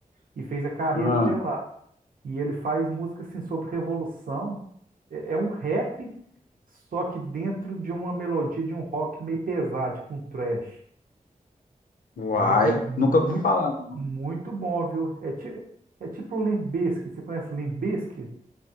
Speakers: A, on the right; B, on the left.
A: e fez a carreira
B: Ah,
A: dele lá. E ele faz música assim sobre revolução. É é um rap Só que dentro de uma melodia de um rock meio pesado, tipo um thrash.
B: uai,
A: Mas é muito,
B: nunca vi falar, não.
A: muito bom, viu? É, ti, é tipo o Limp Bizkit. Você conhece Limp Bizkit?